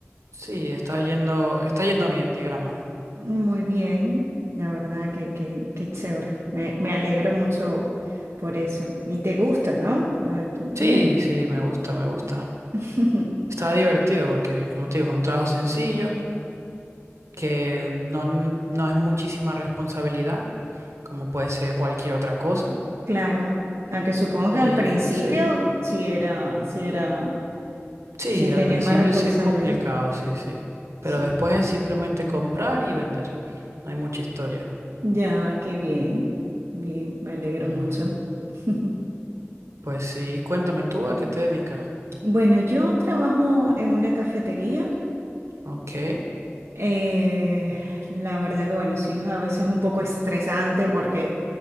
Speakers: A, on the right; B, on the right.
A: sí, está yendo, está yendo bien, digamos.
B: Muy bien, la verdad que, que, que chévere. Me, me alegro mucho por eso. Y te gusta, ¿no? Lo de tu tienda.
A: Sí, sí, me gusta, me gusta.
B: <laughs>
A: Está divertido porque, como te digo, es un trabajo sencillo, que no, no es muchísima responsabilidad, como puede ser cualquier otra cosa.
B: Claro, aunque supongo
A: Y
B: que al principio
A: eh, sí.
B: sí era, sí era,
A: Sí,
B: sí
A: al
B: tenías
A: principio
B: más responsabilidad.
A: sí es complicado, sí, sí. Pero
B: Sí,
A: después es simplemente comprar y vender. No hay mucha historia.
B: ya, qué bien, bien, me alegro
A: Ujú.
B: mucho. <laughs>
A: Pues sí, cuéntame tú a qué te dedicas.
B: Bueno, yo trabajo en una cafetería
A: Ok,
B: Eh, la verdad que bueno, sí es a veces un poco estresante porque